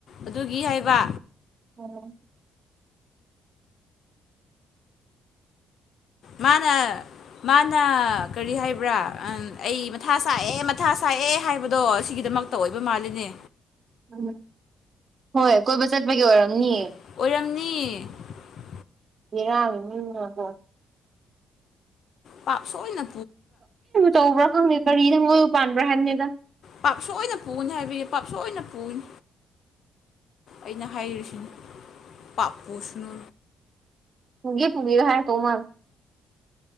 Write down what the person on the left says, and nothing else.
ꯑꯗꯨꯒꯤ ꯍꯥꯏꯕ
ꯃꯥꯅ ꯃꯥꯅ ꯀꯔꯤ ꯍꯥꯏꯕ꯭ꯔꯥ ꯑꯩ ꯃꯊꯥ ꯁꯥꯏꯑꯦ ꯃꯊꯥ ꯁꯥꯏꯑꯦ ꯍꯥꯏꯕꯗꯣ ꯁꯤꯒꯤꯗꯃꯛꯇ ꯑꯣꯏꯕ ꯃꯥꯜꯂꯤꯅꯦ
ꯑꯣꯏꯔꯝꯅꯤ
ꯄꯥꯞ ꯁꯣꯣꯏꯅ
ꯄꯥꯞ ꯁꯣꯏꯅ ꯄꯨꯅꯤ ꯍꯥꯏꯕꯒꯤ ꯄꯥꯞ ꯁꯣꯏꯅ ꯄꯨꯅꯤ ꯑꯩꯅ ꯍꯥꯏꯔꯤꯁꯤꯅꯤ ꯄꯥꯄꯨꯁꯨꯅꯨ